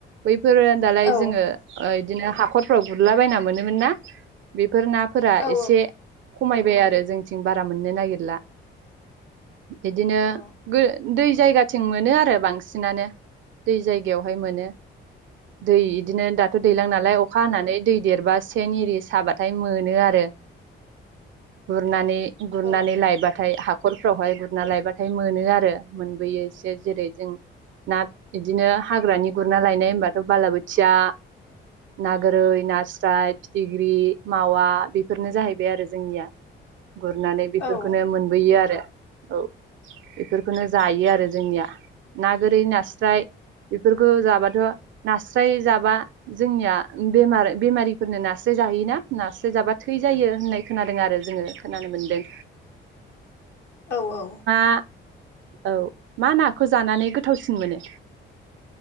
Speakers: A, on the right (about 70°); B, on the left (about 65°).
A: बै बेफोरो दालाय
B: अ औ
A: जोङो ओ बिदिनो हाखरफ्राव गुरलाबायना मोनोमोन ना बे बेफोर नाफोरा
B: औ
A: एसे खमायबाय आरो जोंथिं बारा मोननो नागिरला। बिदिनो
B: औ
A: दै जायगाथिं मोनो आरो बांसिनानो दै जायगायावहाय मोनो। दै इदिनो दाथ' दैलां नालाय अखा हानानै दै देरबा सेन एरि साबाथाय मोनो आरो गुरनानै गुरनानै
B: औ
A: लायबाथाय हाख हाखरफ्रावहाय गुरना लायबाथाय। मोनो आरो मोनबोयो एसे जेरै जों ना बिदिनो हाग्रानि गुरना लायनाय होनबाथ' बालाबोथिया ना गोरै नास्राय फिथिख्रि मावा बेफोरनो जाहैबाय आरो जोंनिया। गुरनानै बेफोरखौनो
B: औ औ
A: मोनबोयो आरो औ बेफोरखौनो जायो आरो जोंनिया ना गोरै नास्राय बेफोरखौ जाबाथ' नास्राय जाबा जोंनिया बेमार बेमारिफोरनो नास्राय जाहैयोना नास्राय जाबा थै जायो होननाय खोनादों आरो जोङो खोनानो मोनदों।
B: औ-औ
A: आ मा नाखौ जानानै गोथावसिन मोनो।